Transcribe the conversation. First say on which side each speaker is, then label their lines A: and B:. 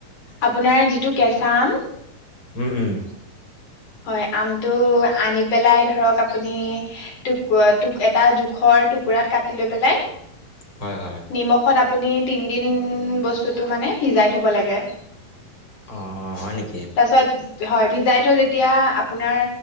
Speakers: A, on the left; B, on the left.
A: আপোনাৰ যিটো কেঁচা আম
B: উম, উম।
A: হয় আমটো আনি পেলাই ধৰক আপুনি টোক টোক এটা জোখৰ টুকুৰাত কাটি লৈ পেলাই
B: হয়, হয়।
A: নিমখত আপুনি তিনদিন বস বস্তুটো মানে ভিজাই থব লাগে
B: অ অ হয় নেকি
A: তাৰপিছত হয় ভিজাই থৈ যেতি যেতিয়া আপোনাৰ